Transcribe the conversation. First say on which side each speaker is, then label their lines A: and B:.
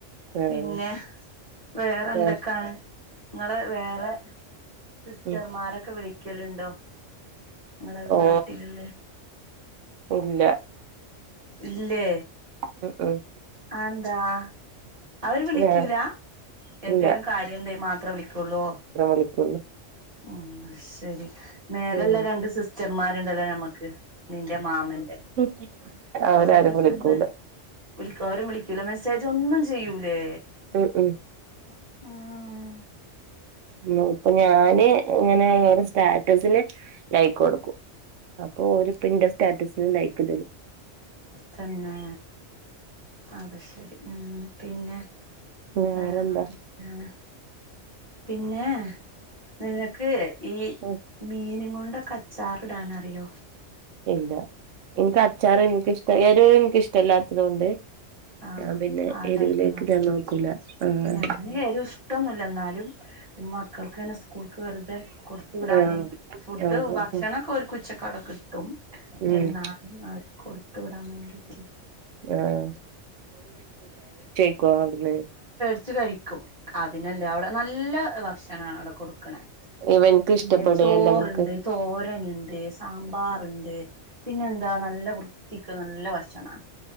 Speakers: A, on the right; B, on the right.
A: ആഹ്
B: പിന്നെ വേറെ എന്തൊക്കാണ്
A: വേ
B: ഇങ്ങള് വേറെ സിസ്റ്റർമാരൊക്കെ
A: ഉം
B: വിളി ക്കെലുണ്ടോ ങ്ങള്
A: ഓ
B: നാട്ടിലുള്ളേ
A: ഇല്ല
B: ഇല്ലേ
A: ഉം ഉം
B: അത് എന്താ അവര് വിളിക്കൂലാ
A: വേ
B: എന്തേലും
A: ഇല്ല
B: കാര്യണ്ടേ മാത്ര വിളിക്കുള്ളൂ
A: വിളിക്കുള്ളു
B: ഉം ശരി മേലെ ഉള്ള
A: ഉം
B: രണ്ട് സിസ്റ്റർമാരുണ്ടല്ലോ ഞമ്മക്ക് നിന്റെ മാമന്റെ
A: ഉം അവരാരും
B: ഓരതൊക്കെ
A: വിളിക്കൂല
B: എന്തേ വിളിക്കും അവരും വിളിക്കൂലേ മെസേ ചേച്ചി ഒന്നും ചെയ്യൂലേ
A: ഉം ഉം
B: ആ
A: ഉം ഇപ്പൊ ഞാന് എങ്ങനെനായാലും സ്റ്റാറ്റസില് ലൈക്ക് കൊടുക്കും അപ്പൊ ഒരു പ്രിന്റ് സ്റ്റാറ്റസിന് ലൈക്ക് തരും
B: തന്നെ അത് ശരി ഉം പിന്നെ
A: വേറെന്താ
B: വേറെന്തൊക്കെയാണ് പിന്നെ നിങ്ങക്ക് ഈ
A: ഉം
B: മീനും കൊണ്ടൊക്കെ അച്ചാറ് ഇടാനറിയോ
A: ഇല്ല എനിക്ക് അച്ചാറ് എനിക്കിഷ്ട ഏത് എനിക്കിഷ്ടല്ലാത്തത് കൊണ്ട്
B: ആഹ്
A: ഞാൻ പിന്നെ
B: ആ
A: എരുവിലേക്ക്
B: ടൈപ്പ് നോക്കും
A: ഞാൻ നോക്കൂല ആഹ്
B: ഞാന് എരിവ് ഇഷ്ട്ടൊന്നുമില്ല ന്നാലും അ <inaudible> മക്കൾക്ക് തന്നെ സ്കൂൾക്ക് വെറുതെ കൊടുത്തു വിടാന്
A: ആഹ്
B: ഫുഡ്
A: ആഹ്
B: ഭക്ഷണൊക്കെ
A: ആഹ്
B: ഒരു കുച്ച് അവിടെ കിട്ടും
A: ഉം
B: എന്നാലും അവർക്ക്‌ കൊടുത്ത് വിടാൻ വേണ്ടീട്ട്
A: ആഹ് ക്കോ അവ്ട്ന്ന്
B: ച്ച് കഴി ക്കും അതിനല്ലേ അവിടെ നല്ല <unintelligible> ഭക്ഷണാണ് അവിടെ കൊടുക്ക്ണെ
A: ഇവൻക്ക്
B: പിന്നെ
A: ഇഷ്ടപ്പെടുകേല്ല
B: ചോറ്ണ്ട്
A: ഇവൻക്ക്
B: തോരനുണ്ട് സാമ്പാറുണ്ട് പിന്നെ എന്താ നല്ല വൃത്തിക്ക് നല്ല ഭക്ഷണാ